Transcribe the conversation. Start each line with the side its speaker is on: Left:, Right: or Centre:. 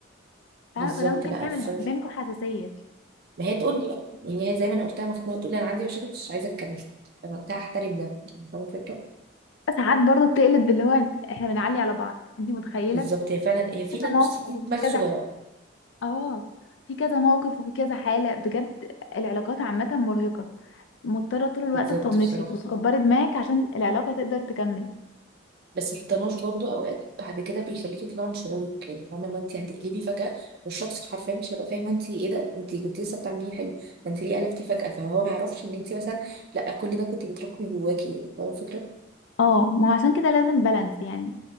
Left: فاهمه
Right: بالظبط
Left: فده ممكن
Right: لا
Left: يعمل
Right: ف...
Left: بينكم حساسيه
Right: ما هي تقول لي بقى يعني هي زي ما انا قلتها مخنوقه تقول لي انا عندي مشاكل بس مش عايزه اتكلم فانا وقتها احترم ده فاهمه الفكره
Left: ساعات برضو بتقلب باللي هو احنا بنعلي على بعض انت متخيله
Right: بالظبط هي فعلا هي فينا
Left: كذا موقف
Right: بصي دي
Left: وفي
Right: دماغ
Left: كذا
Right: صغيره
Left: اه في كذا موقف وفي كذا حاله بجد العلاقات عامه مرهقه مضطرة طول الوقت
Right: بالظبط
Left: تطنشي
Right: بصراحة
Left: وتكبري دماغك عشان العلاقة تقدر تكمل
Right: بس الطناش برضو اوقات بعد كده بيخليكي تطلعي من شعورك يعني فاهمة اللي هو انت هتقلبي فجأة والشخص حرفيا مش هيبقى فاهم انت ايه ده انت كنت لسه بتعمليه حلو ده انت ليه قلبتي فجأة فهو ما يعرفش ان انت مثلا لا كل ده كنت بتراكمي جواكي يعني فاهمة الفكرة
Left: اه ما هو عشان كده لازم بالانس يعني